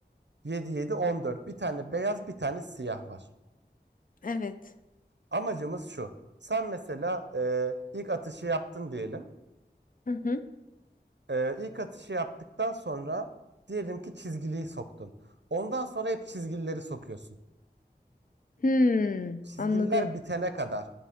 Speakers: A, on the right; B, on the left.
A: e, 7 7 14. Bir tane beyaz, bir tane siyah var.
B: Evet.
A: Amacımız şu. Sen mesela e, ilk atışı yaptın diyelim.
B: Hı hı.
A: E, ilk atışı yaptıktan sonra diyelim ki çizgiliyi soktun. Ondan sonra hep çizgilileri sokuyorsun.
B: Hmm,
A: çizgiler
B: anladım.
A: bitene kadar.